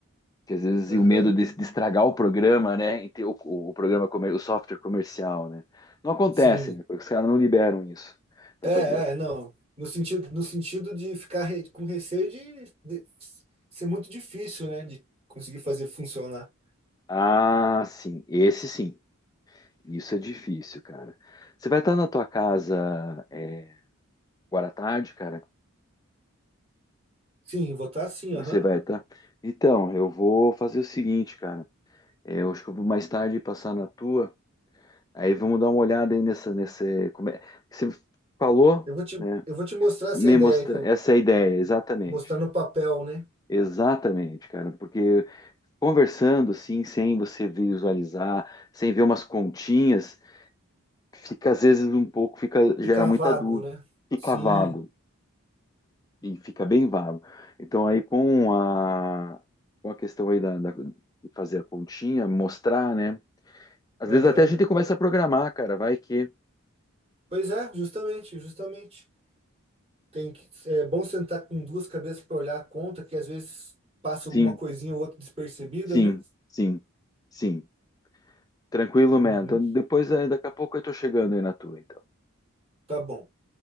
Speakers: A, on the left; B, on the right.
A: Que às vezes
B: Aham.
A: e o medo de, de estragar o programa, né? e ter O, o programa, comer- o software comercial, né? Não acontece,
B: Sim.
A: né? Porque os caras não liberam isso para
B: É,
A: fazer.
B: é, não. No sentido, no sentido de ficar re- com receio de, de ser muito difícil, né? De conseguir fazer funcionar.
A: Ah, sim, esse sim. Isso é difícil, cara. Você vai estar na tua casa é, agora à tarde, cara?
B: Sim, votar sim,
A: Você
B: aham.
A: vai estar. Então, eu vou fazer o seguinte, cara. É, eu acho que eu vou mais tarde passar na tua. Aí vamos dar uma olhada aí nessa, nesse, como é, que você falou,
B: Eu vou te,
A: né?
B: eu vou te mostrar essa
A: Me
B: ideia
A: mostra,
B: que eu
A: essa é a ideia, exatamente.
B: mostrar no papel, né?
A: Exatamente, cara, porque conversando assim, sem você visualizar, sem ver umas continhas, fica às vezes um pouco, fica,
B: Ficar
A: gera muita
B: vago,
A: dúvida,
B: né?
A: fica
B: Sim,
A: vago, e fica bem vago. Então aí com a, com a questão aí da, da- de fazer a continha, mostrar, né? Às
B: aham.
A: vezes até a gente começa a programar, cara, vai que
B: Pois é, justamente, justamente. Tem que, é bom sentar com duas cabeças para olhar a conta, que às vezes passa alguma
A: sim,
B: coisinha ou outra despercebida,
A: sim,
B: né?
A: sim. Sim. Tranquilo,
B: Uhum,
A: man. Então, depois, aí, daqui a pouco eu tô chegando aí na tua, então.
B: tá bom.